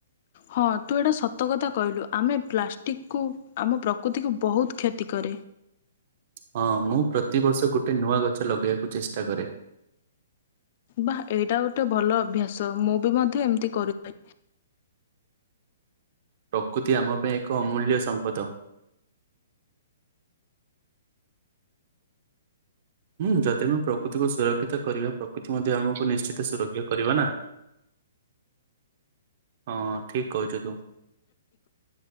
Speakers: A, on the left; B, on the right.
A: ହଁ ତୁ ଏଇଟା ସତ କଥା କହିଲୁ ଆମେ ପ୍ଲାଷ୍ଟିକକୁ ଆମ ପ୍ରକୃତିକୁ ବହୁତ କ୍ଷତି କରେ।
B: ହଁ ମୁଁ ପ୍ରତିବର୍ଷ ଗୋଟେ ନୂଆ ଗଛ ଲଗେଇବାକୁ ଚେଷ୍ଟା କରେ।
A: ବା ଏଇଟା ଗୋଟେ ଭଲ ଅଭ୍ୟାସ ମୁଁ ବି ମଧ୍ୟ ଏମିତି କରିବି।
B: ପ୍ରକୃତି ଆମ ପାଇଁ ଏକ ଅମୂଲ୍ୟ ସମ୍ପଦ। ହୁଁ ଯଦି ଆମେ ପ୍ରକୃତିକୁ ସୁରକ୍ଷିତ କରିବା ପ୍ରକୃତି ମଧ୍ୟ ଆମକୁ ନିଶ୍ଚିତ ସୁରକ୍ଷ ଇଏ କରିବା ନା ହଁ ଠିକ କହୁଛୁ ତୁ।